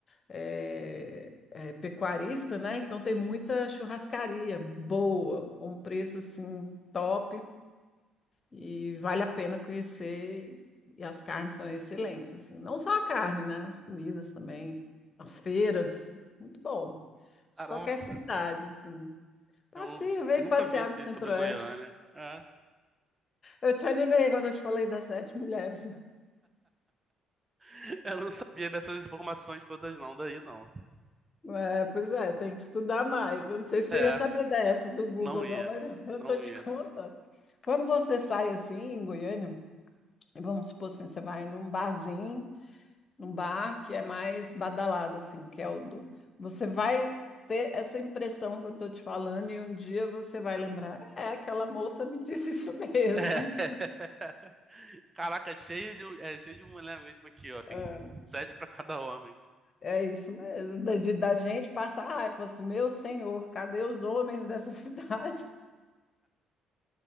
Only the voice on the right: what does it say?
Caraca.
Eu
nunca
vi isso
aí sobre Goiânia. É.
<laughs> Eu não sabia dessas informações todas não, daí não.
É,
não ia.
Não
ia.
É. <laughs> Caraca, cheio de, é, cheio de mulher mesmo aqui, ó. Tem
sete pra cada homem.